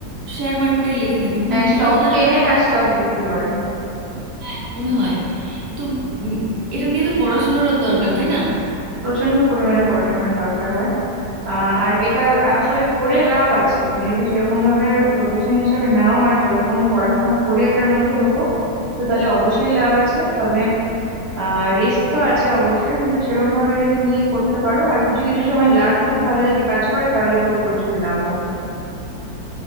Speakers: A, on the right (about 60°); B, on the right (about 40°).
A: শেয়ার মার্কেটে লেগে থাকে এবং রীতিমতো
B: স্টক কেনে আর স্টক বিক্রি করে
A: হ্যাঁ মনে হয় তো উম, এটা নিয়ে তো পড়াশোনারও দরকার তাই না
B: প্রচন্ড পরিমাণে পড়াশোনার দরকার হয় আহ আর এটা আসলে করে লাভ আছে তুমি যদি সেরকম ভাবে প্রফেশন হিসেবে নাও আর সেরকম পড়াশোনা করে এটার মধ্যে ঢোকো তো তাহলে অবশ্যই লাভ আছে তবে আহ রিস্ক তো আছে অবশ্যই কিন্তু সেরকম ভাবে যদি নিয়ে করতে পারো আর কিছু কিছু সময় লাক খুব ভালো যদি কাজ করে তাহলে তো প্রচুর লাভ হয়